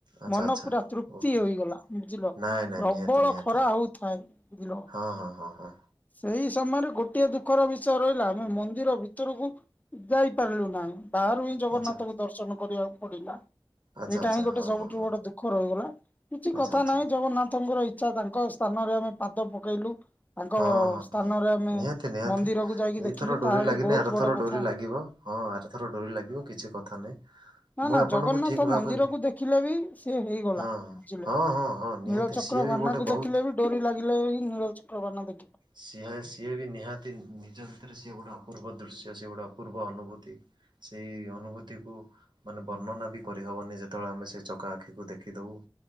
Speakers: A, on the right; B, on the left.
A: ଆଚ୍ଛା
B: ମନ
A: ଆଚ୍ଛା
B: ପୁରା ତୃପ୍ତି
A: ଓହୋ।
B: ହୋଇଗଲା ବୁଝିଲ
A: ନାଇଁ ନାଇଁ
B: ପ୍ରବଳ
A: ନିହାତି ନିହାତି
B: ଖରା ହଉଥାଏ ବୁଝିଲ। ହଁ।
A: ହଁ ହଁ ହଁ ହଁ।
B: ସେଇ ସମୟରେ ଗୋଟଏ ଦୁଃଖର ବିଷୟ ରହିଲା ଆମେ ମନ୍ଦିର ଭିତରକୁ ଯାଇପାରିଲୁ ନାହିଁ, ବାହାରୁ ହିଁ ଜଗନ୍ନାଥଙ୍କ
A: ଆଚ୍ଛା
B: ଦର୍ଶନ କରିବାକୁ ପଡିଲା।
A: ଆଚ୍ଛା
B: ଏଇଟା
A: ଆଚ୍ଛା
B: ହିଁ ଗୋଟେ
A: ହଁ
B: ସବୁଠୁ
A: ହଁ ହଁ।
B: ବଡ ଦୁଃଖ ରହିଗଲା କିଛି
A: ଆଚ୍ଛା
B: କଥା
A: ଆଚ୍ଛା
B: ନାହିଁ ଜଗନ୍ନାଥଙ୍କର ଇ ଚ୍ଛା ତାଙ୍କ ସ୍ଥାନରେ ଆମେ ପାଦ ପକେଇଲୁ। ତାଙ୍କ
A: ହଁ ହଁ
B: ସ୍ଥାନରେ
A: ହଁ
B: ଆମେ
A: ନିହାତି ନିହାତି
B: ମନ୍ଦିରକୁ ଯାଇକି
A: ଏଇଥର
B: ଦେଖିଲୁ
A: ଡୋରି
B: ତାହା ବି
A: ଲାଗିନି
B: ବହୁତ
A: ଆର
B: ବଡ
A: ଥର
B: କଥା
A: ଡୋରି ଲାଗିବ। ହଁ ଆରଥର ଡୋରି ଲାଗିବ କିଛି କଥା ନାହିଁ।
B: ନା
A: ମୁଁ
B: ନା
A: ଆପଣଙ୍କୁ
B: ଜଗନ୍ନାଥ
A: ଠିକ ଭାବେ
B: ମନ୍ଦିର କୁ ଦେଖିଲେ ବି ସେ ହେଇଗଲା
A: ହଁ
B: ବୁଝିଲେ,
A: ହଁ ହଁ ହଁ ନିହାତି
B: ନୀଳ ଚକ୍ରବାନା
A: ସିଏ ବି ଗୋଟେ
B: କୁ
A: ବହୁତ
B: ଦେଖିଲେ ବି ଡୋରି ଲାଗିଲେ ହି ନୀଳ ଚକ୍ରବାନା ଦେଖି
A: ସିହାଷ ସିଏ ବି ନିହାତି ନିଜ ଭିତରେ ସିଏ ଗୋଟେ ଅପୂର୍ବ ଦୃଶ୍ୟ, ସିଏ ଗୋଟେ ଅପୂର୍ବ ଅନୁଭୂତି। ସେଇ ଅନୁଭୂତିକୁୁ ମାନେ ବର୍ଣ୍ଣନା ବି କରିହବନି ଯେତେବେଳେ ଆମେ ସେ ଚକା ଆଖିକୁ ଦେଖିଦବୁ।